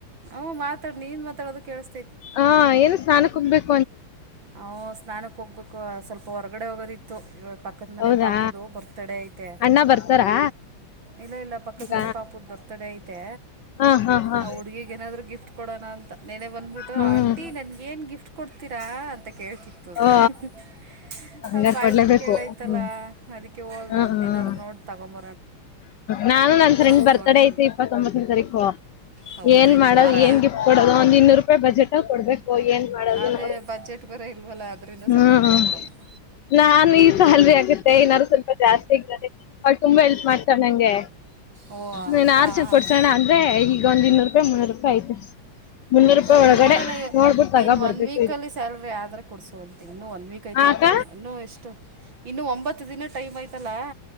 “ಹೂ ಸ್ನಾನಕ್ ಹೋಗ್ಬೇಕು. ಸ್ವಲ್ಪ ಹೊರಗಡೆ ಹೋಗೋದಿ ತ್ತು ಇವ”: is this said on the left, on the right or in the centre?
Right